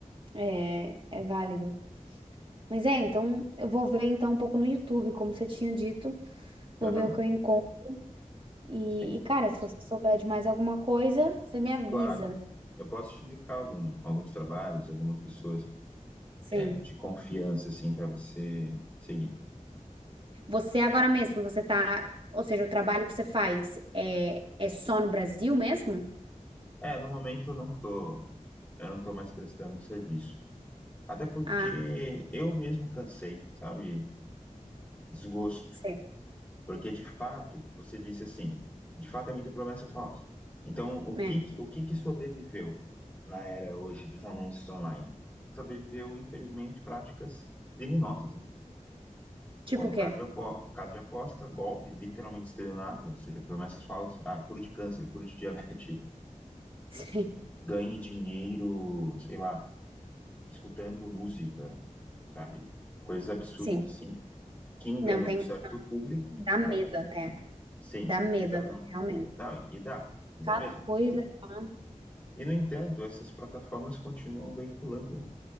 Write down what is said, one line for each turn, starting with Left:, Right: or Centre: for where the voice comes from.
Right: É, é válido. Mas é, então, eu vou ver então um pouco no YouTube, como você tinha dito. Vou
Left: aham,
Right: ver o que eu encontro. E,
Left: sim.
Right: e, cara, se você souber de mais alguma coisa, você me avisa.
Left: Claro, eu posso te indicar algum, alguns trabalhos, algumas pessoas
Right: Sim.
Left: é, de confiança, assim, para você seguir.
Right: Você agora mesmo, você tá. Ou seja, o trabalho que você faz é, é só no Brasil mesmo?
Left: É, no momento eu não tô, eu não tô mais prestando serviço. Até porque
Right: Ah,
Left: eu mesmo cansei, sabe? Desgosto.
Right: sei.
Left: Porque de fato, você disse assim, de fato é muita promessa falsa. Então, o
Right: É.
Left: que que- o que que sobreviveu na era hoje dos anúncios online? Sobreviveu, infelizmente, práticas criminosas, né?
Right: Tipo
Left: Como
Right: o quê?
Left: caso de, apo- caso de aposta, golpes, literalmente estelionato, ou seja, promessas falsas, ah, cura de câncer, cura de diabetes, <laughs>
Right: Sim.
Left: ganhe dinheiro, sei lá, escutando música, sabe? Coisas absurdas
Right: Sim.
Left: assim, que enganam
Right: Não, tem.
Left: um certo público,
Right: Dá medo
Left: né?
Right: até.
Left: Sim,
Right: Dá medo
Left: que enganam.
Right: até, realmente.
Left: Não, e dá, e
Right: Cada
Left: dá mesmo.
Right: coisa. tá?
Left: E, no entanto, essas plataformas continuam veiculando, né?